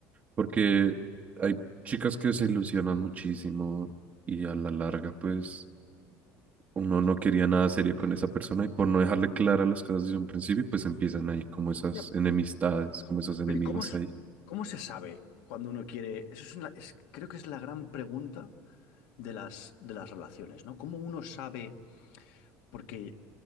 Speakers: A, on the right (about 25°); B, on the left (about 75°).
A: porque hay chicas que se ilusionan muchísimo y a la larga, pues, uno no quería nada serio con esa persona y por no dejarle claras las cosas desde un principio, pues empiezan ahí como esas
B: Ya,
A: enemistades, como esos enemigos
B: pero ¿y cómo, s-
A: ahí.
B: cómo se sabe cuando uno quiere? Eso es una- es- creo que es la gran pregunta de las, de las relaciones, ¿no? ¿Cómo uno sabe? Porque